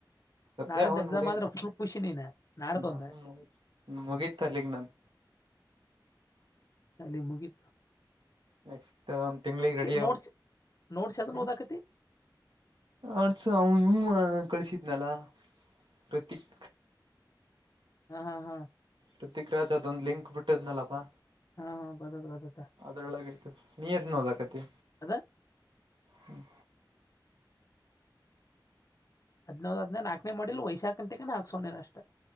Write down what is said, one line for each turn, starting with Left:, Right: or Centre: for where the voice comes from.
Right: ಸತ್ಯ
Left: ನಾಳೊಂದ್
Right: ಅವನು
Left: ಎಕ್ಸಾಮ್
Right: ನೋಡಿದ್
Left: ಆದ್ರ ಫುಲ್ ಖುಷಿ ನೀನ ನಾಡ್ದೊಂದ
Right: ನಾನು ಮುಗ ಮುಗೀತ ಅಲ್ಲಿಗ್ ನನ್
Left: ಅಲ್ಲಿ ಮುಗಿತು
Right: ನೆಕ್ಸ್ಟ್ ಒಂದು ತಿಂಗಳಿಗೆ ರೆಡಿ ಆವು
Left: ನೋಡ್ಸಿ ನೋಡ್ಸಿ ಅದನ್ನ
Right: ಹ್ಮ್
Left: ಓದಾಕತಿ
Right: ಆಟ್ಸ ಅವ ಇವು ಕಳಸಿದ್ನಲ್ಲ ಪ್ರತ್ತಕ್
Left: ಹಾ ಹಾ ಹಾ
Right: ಪೃಥವಿಕ್ ರಾಜ್ ಅದೊಂದು ಲಿಂಕ್ ಬಿಟ್ಟದ್ನಲ್ಲಪ್ಪಾ
Left: ಹಾ ಹಾ ಗೊತ್ತಾತ ಗೊತ್ತಾತ
Right: ಅದ್ರೊಳಗೆೈತ ನೀ ಎದ್ ನೋದಕತಿ
Left: ಅದ
Right: ಹ್ಮ್
Left: ಹದ್ದ್ ಹದ್ ನಾಲ್ಕನೇ ಮಾಡಿಲ್ಲ ವಯಸಾಕ ಅಂತಿಕ ನಾಲ್ಕ್ ಸಾವನೇ ಅಷ್ಟ